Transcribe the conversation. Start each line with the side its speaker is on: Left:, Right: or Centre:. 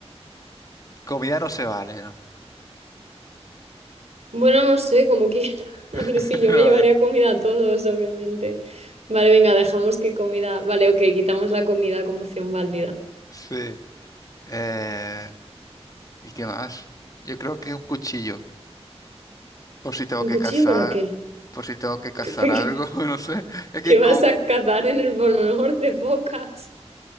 Left: Comida no se vale, ¿no?
Right: Bueno, no sé, como quieras. <laughs> A ver,
Left: <laughs>
Right: sí, yo
Left: No,
Right: me llevaría
Left: no.
Right: comida a todos, obviamente. Vale, venga, dejamos que comida. Vale, ok, quitamos la comida como opción válida.
Left: Sí. Eh, ¿y qué más? Yo creo que un cuchillo, por si tengo
Right: ¿Un
Left: que
Right: cuchillo
Left: cazar,
Right: para qué?
Left: por si tengo que cazar
Right: <laughs>
Left: algo, <laughs> no sé. Es que
Right: Que vas
Left: co-
Right: a cazar en el Polo Norte, focas?